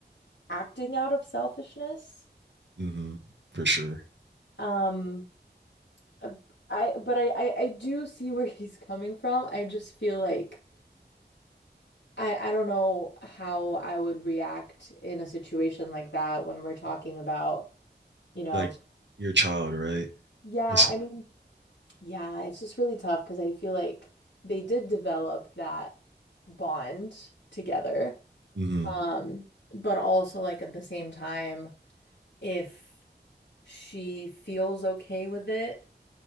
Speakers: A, on the left; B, on the right.
A: acting out of selfishness.
B: hmm For sure.
A: Um, uh, I but I, I I do see where <laughs> he's coming from. I just feel like I I don't know how I would react in a situation like that when we're talking about, you know,
B: Like your child, right?
A: yeah,
B: Listen.
A: I mean, yeah, it's just really tough because I feel like they did develop that bond together.
B: Mm-hmm.
A: Um, but also like at the same time, if she feels okay with it